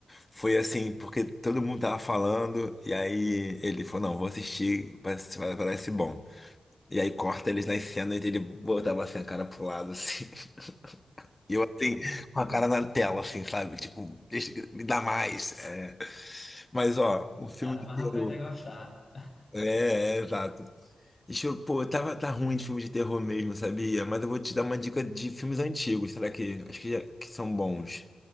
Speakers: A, on the left (about 25°); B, on the left (about 50°).
A: foi assim, porque todo mundo tava falando, e aí ele falou, não, vou assistir, parece, parece bom. E aí corta eles nas cenas e ele botava assim a cara pro lado, assim. <laughs> E eu assim, com a cara na tela, assim, sabe? Tipo, deixa, me dá mais. é. Mas ó, o filme
B: Cara,
A: de
B: mas
A: terror.
B: aprende a gostar.
A: É, é, exato. Deixa eu- Pô, tava, tá ruim de filme de terror mesmo, sabia? Mas eu vou te dar uma dica de filmes antigos, será que? Acho que, já- que são bons.